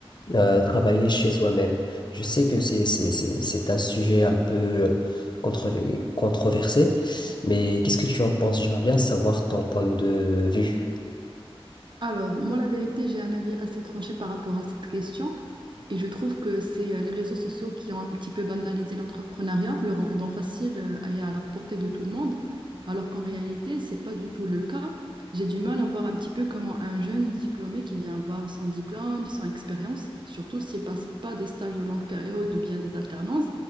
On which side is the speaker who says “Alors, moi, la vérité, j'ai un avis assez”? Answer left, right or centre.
Right